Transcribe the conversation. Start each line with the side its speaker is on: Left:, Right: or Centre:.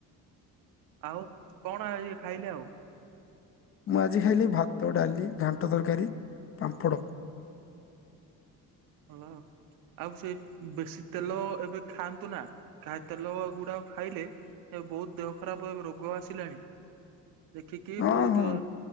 Right: ଆଉ କଣ ଇଏ ଖାଇଲେ ଆଉ
Left: ମୁଁ ଆଜି ଖାଇଲି ଭାତ ଡାଲି ଘାଣ୍ଟ ତରକାରୀ ପାମ୍ପଡ଼।
Right: ହଁ। ଆଉ ସେ ବେଶୀ ତେଲ ଏବେ ଖାଆନ୍ତୁ ନା କା ତେଲ ଗୁଡା ଖାଇଲେ ଏ ବହୁତ ଦେହ ଖରାପ ରୋଗ ଆସିଲାଣି ଦେଖିକି
Left: ହଁ
Right: ବହୁତ
Left: ହଁ